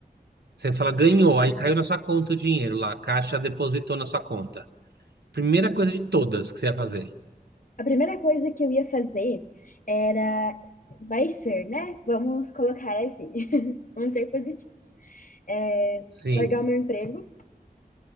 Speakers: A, on the right; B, on the left.
A: Você fala, ganhou, aí caiu na sua conta o dinheiro lá, a Caixa depositou na sua conta. Primeira coisa de todas que você ia fazer.
B: A primeira coisa que eu ia fazer era. Vai ser, né? Vamos colocar assim. <laughs> Vamos ser positivos. É,
A: Sim.
B: largar o meu emprego,